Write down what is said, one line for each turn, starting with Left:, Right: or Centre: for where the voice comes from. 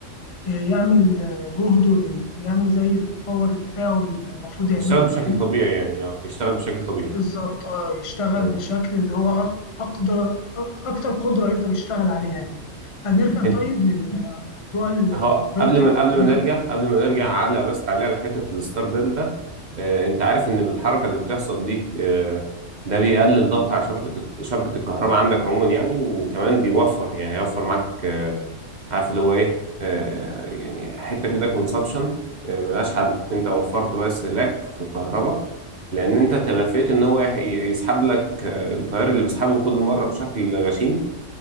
Left: يعمل جهده ال- يعمل زي الباور بتاعه المفروض يعمله
Right: يشتغل بشكل
Left: يعني
Right: طبيعي يعني اه يشتغل بشكل طبيعي
Left: بالظبط اه يشتغل
Right: مم،
Left: بشكل اللي هو أق- أقدر أكتر قدرة يقدر يشتغل عليها يعني هنرجع
Right: مم.
Left: طيب للموضوع الفيرتوال
Right: هو قبل ما قبل ما نرجع قبل ما نرجع على بس تعليق على حته الستار دلتا آه، انت عارف ان بالحركه اللي بتحصل دي آه، ده بيقلل ضغط على شبكه شبكه الكهرباء عندك عموما يعني وكمان بيوفر يعني هيوفر معاك آه، عارف اللي هو ايه آه، يعني حته كده كونسبشن ملهاش حل انت وفرت بس لك في الكهرباء لان انت تلفيت ان هو يح- يسحب لك آه، التيار اللي بيسحبه كل مره بشكل غشيم